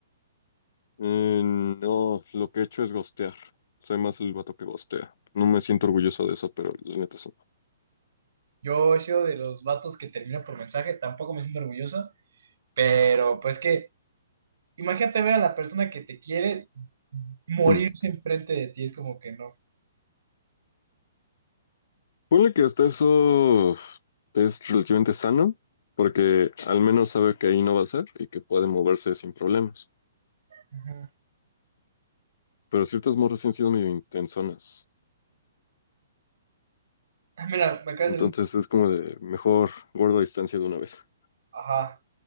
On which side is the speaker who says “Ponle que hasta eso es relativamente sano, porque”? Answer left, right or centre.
Left